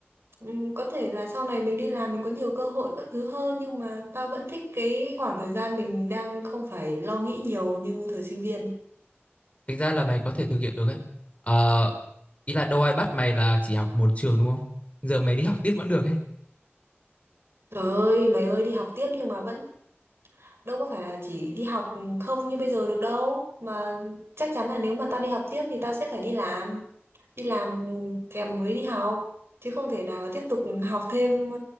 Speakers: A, on the right; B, on the left.
A: ừm, có thể là sau này mình đi làm mình có nhiều cơ hội các thứ hơn nhưng mà tao vẫn thích cái khoảng thời gian mình đang không phải lo nghĩ nhiều như thời sinh viên
B: tính ra là mày có thể thực hiện được ấy ờ ý là đâu ai bắt mày là chỉ học một trường đúng không giờ mày đi học tiếp vẫn được ấy
A: trời ơi mày ơi đi học tiếp nhưng mà vẫn đâu có phải là chỉ đi học không như bây giờ được đâu mà chắc chắn là nếu mà ta đi học tiếp thì ta sẽ phải đi làm đi làm kèm với đi học chứ không thể nào mà tiếp tục học thêm